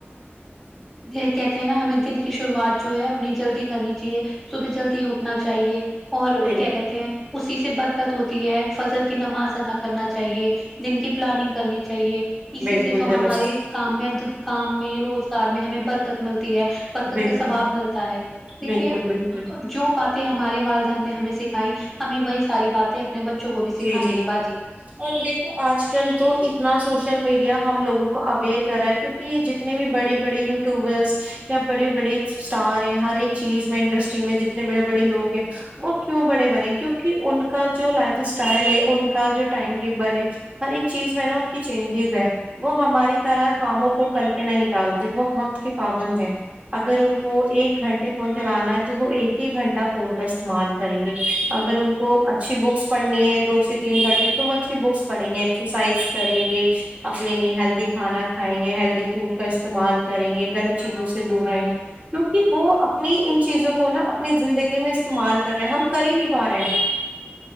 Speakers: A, in the centre; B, on the right.
A: پھر کہتے ہیں نا ہمیں دن کی شروعات جو ہے اپنی جلدی کرنی چاہیے صبح جلدی اٹھنا چاہیے اور
B: بالکل
A: وہ کیا کہتے ہیں اسی سے برکت ہوتی ہے فجر کی نماز ادا کرنا چاہیے دن کی پلاننگ کرنی چاہیے اسی
B: بالکل
A: سے تو
B: درست
A: ہمارے کام میں کام میں روزگار میں ہمیں برکت ملتی ہے برکت
B: بالکل
A: کا ثباب ملتا ہے دیکھیے
B: بالکل بالکل
A: جو باتیں ہمارے والدن نے ہمیں سکھائی ہمیں وہی ساری باتیں اپنے بچوں کو بھی سکھانی
B: جی جی
A: ہے باجی
B: اور دیکھو آج کل تو اتنا سوشل میڈیا ہم لوگوں کو اویئر کر رہا ہے کیونکہ ج جتنے بھی بڑے بڑے یو ورس یا بڑے بڑے اسٹار ہیں ہر ایک چیز میں انڈرسٹی میں جتنے بڑے بڑے لوگ ہیں وہ کیوں بڑے بنے کیونکہ ان کا جو لائف اسٹائل ہے ان کا جو ٹائم ٹیبل ہے ہر ایک چیز میں نا ان کی چینجز ہے وہ ہماری طرح کاموں کو کل پہ نہیں ڈالتے وہ وقت کی پابند ہے اگر ان کو ایک گھنٹے فون چلانا ہے تو وہ ایک ہی گھنٹہ فون کا استعمال کریں گے اگر ان کو اچھی بکس پڑھنی ہے دو سے تین گھنٹے تو وہ اچھی بکس پڑیں گے ایکسرسائز کریں گے اپنے لیے ہیلدی کھانا کھائیں گے ہیلدی فوڈ کا استعمال کریں گے غلط چیزوں سے دور رہیں گے کیوںکہ وہ اپنی ان چیزوں کو نا اپنی زندگی میں استعمال کر رہے ہیں ہم کر ہی نہیں پا رہے ہیں